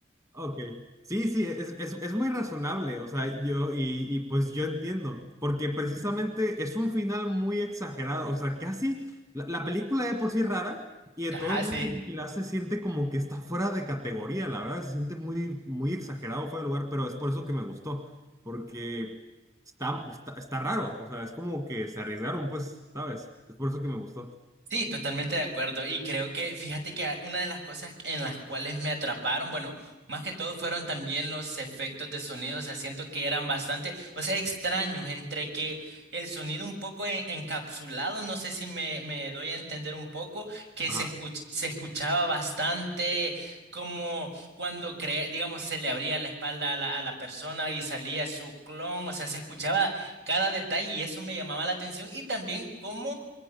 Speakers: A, on the right; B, on the right.
A: Ok. Sí, sí, es, es, es muy razonable, o sea, yo, y, y pues yo entiendo, porque precisamente es un final muy exagerado, o sea, casi, la, la película de por sí es rara, y de
B: Ajá,
A: todos
B: sí.
A: modos Pilar se siente como que está fuera de categoría, la verdad, se siente muy, muy exagerado, fuera de lugar, pero es por eso que me gustó, porque está, está, está raro, o sea, es como que se arriesgaron, pues, ¿sabes? Es por eso que me gustó.
B: Sí, totalmente de acuerdo. Y creo que, fíjate que a- una de las cosas en las cuales me atraparon, bueno, más que todo fueron también los efectos de sonido. O sea, siento que eran bastante, o sea, extraños entre que el sonido un poco en- encapsulado, no sé si me, me doy a entender un poco, que
A: Ajá.
B: se escuch- se escuchaba bastante como cuando, cre- digamos, se le abría la espalda a la, a la persona y salía su clon. O sea, se escuchaba cada detalle y eso me llamaba la atención. Y también cómo